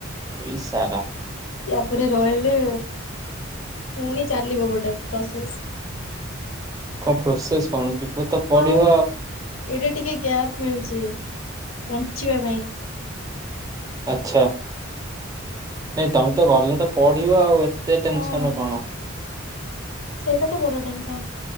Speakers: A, on the right; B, on the left.
A: ଏଇ ସାରା
B: <inaudible> ୟାପରେ ରହିଲେ ପୁଣି ଚାଲିବ ଗୋଟେ ପ୍ରସେସ।
A: କଣ ପ୍ରୋସେସ କଣ? ଯିବ ତ ପଢିବ
B: ଆଉ ଏଇଟା ଟିକେ ଗ୍ୟାପ ମିଳିଛି ବଞ୍ଚିବା ପାଇଁ।
A: ଆଚ୍ଛା। ନାଇଁ ତମେ ତ ଗଲେ ତ ପଢିବ ଆଉ ଏତେ
B: ହଁ
A: ଟେନସନ କଣ?
B: ସେଇଟା ତ ବଡ ଟେନ୍ସନ୍।